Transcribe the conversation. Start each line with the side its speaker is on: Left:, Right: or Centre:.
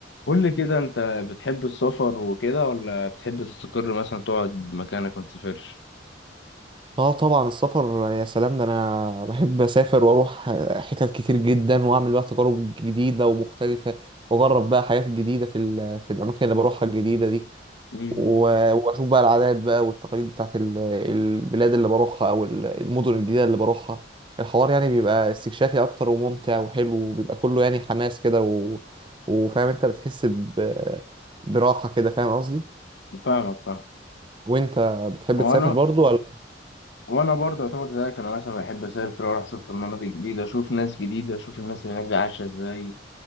Left: قول لي كده انت بتحب السفر وكده ولا بتحب تستقر مثلا تقعد مكانك ما تسافرش
Right: اه طبعا السفر يا سلام ده انا بحب اسافر واروح حتت كتير جدا واعمل بقى تجارب جديده ومختلفه واجرب بقى حاجات جديده في ال- في الاماكن اللي بروحها الجديده دي
Left: مم.
Right: و- واشوف بقى العادات بقى والتقاليد بتاعت ال- البلاد اللي بروحها او ال- المدن الجديده اللي بروحها الحوار يعني بيبقى استكشافي اكتر وممتع وحلو وبيبقى كله يعني حماس كده و... وفاهم انت بتحس ب... براحه كده فاهم قصدي
Left: فاهمك فاهم
Right: وانت بتحب
Left: وانا
Right: تسافر برضو ولا
Left: وانا برضه يعتبر زيك انا مثلا بحب اسافر واروح اشوف مناطق جديده اشوف ناس جديده اشوف الناس اللي هناك دي عايشه ازاي